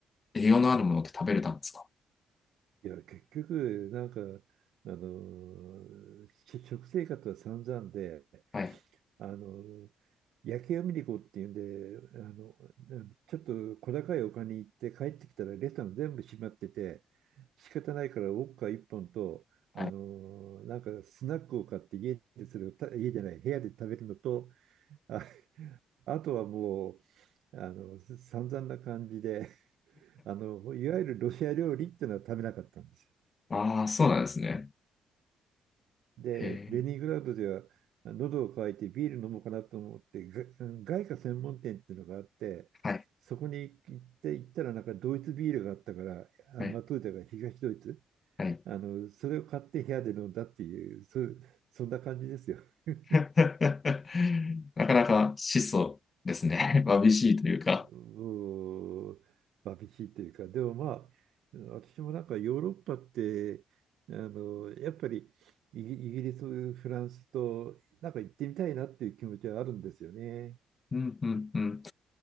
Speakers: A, on the left; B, on the right.
A: 栄養のあるものって食べれたんですか
B: <laughs> いや、結局、なんか、あの、し食生活は散々で、
A: はい。
B: あの、夜景を見に行こうっていうんで、あの、ちょっと小高い丘に行って帰ってきたらレストラン全部閉まってて、仕方ないからウォッカ1本と、あの、
A: はい。
B: なんかスナックを買って家でそれをた、家じゃない、部屋で食べるのと、あ、あとはもう、あの、散々な感じで、あの、いわゆるロシア料理っていうのは食べなかったんですよ。
A: あ <laughs> あ、そうなんですね。
B: で、
A: へえ。
B: レニングラードでは喉を渇いてビール飲もうかなと思ってが外貨専門店っていうのがあってそこに行って行ったらなんかドイツビールがあったからあ、
A: はい。はい。
B: まあ、当時だから東ドイツ
A: はい
B: あのそれを買って部屋で飲んだっていうそ、そんな感じですよ。<laughs>
A: <laughs> なかなか質素ですね。<laughs> わびしいというか。
B: もう寂しいというかでもまあ私もなんかヨーロッパってあのやっぱりイギイギリスフランスとなんか行ってみたいなっていう気持ちはあるんですよね。
A: うん、うん、うん。